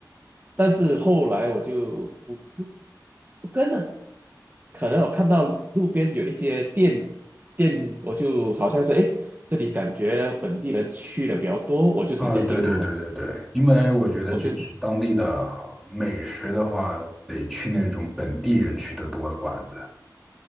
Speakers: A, on the right; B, in the centre.
A: 但是后来我就不不不跟了，可能我看到路边有一些店店，我就好像说，诶，这里感觉本地人去的比较多，我就直接进入了，
B: 啊，对对对对对，因为我觉得就是当地的好美食的话，
A: 我就 <laughs>
B: 得去那种本地人去的多的馆子。